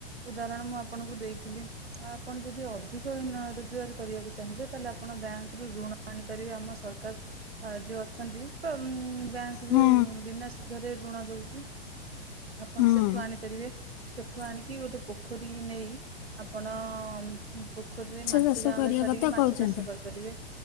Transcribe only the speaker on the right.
ଉଦାହରଣ ମୁଁ ଆପଣଙ୍କୁ ଦେଇଥିଲି। ତ ଆପଣ ଯଦି ଅଧିକ ରୋଜଗାର କରିବାକୁ ଚାହିଁବେ ତା ହେଲେ ଆପଣ ବ୍ୟାଙ୍କରୁୁ ଋଣ ଆଣିପାରିବେ ଆମ ସରକାର ସାହାର୍ଯ୍ୟ ଅଛନ୍ତି। ବ୍ୟାଙ୍କ ବି
ବିନା ସୁଧରେ ଋଣ ଦଉଛି। ଆପଣ
ସେଠୁ ଆଣିପାରିବେ। ସେଠୁ ଆଣିକି ଗୋଟେ ପୋଖରୀ ନେଇ ଆପଣ ହୁଁ, ପୋଖରୀରେ ମାଛ
ଯାଉଳ
ଛାଡ଼ିକି
ମା
ପାରିବେ